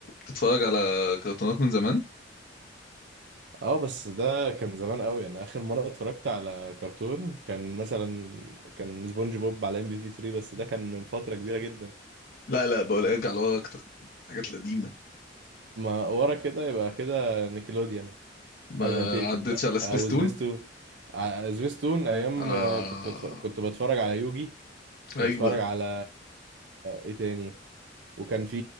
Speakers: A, on the left (about 55°); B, on the right (about 65°).
A: تتفرج على كرتونات من زمان
B: اه بس ده كان زمان قوي انا اخر مره اتفرجت على كرتون كان مثلا كان سبونج بوب على ام بي تي 3 بس ده كان من فتره كبيره جدا
A: لا لا بقول ارجع لورا اكتر الحاجات القديمه
B: ما ورا كده يبقى كده نيكلوديان
A: ما
B: قبل ما تقفل
A: عدتش
B: بقى
A: على سبيستون
B: او سبيستون ع- سبيستون ايام
A: آه...
B: آه، كنت بتف... كنت بتفرج على يوجي كنت
A: ايوه
B: بتفرج على ايه تاني وكان في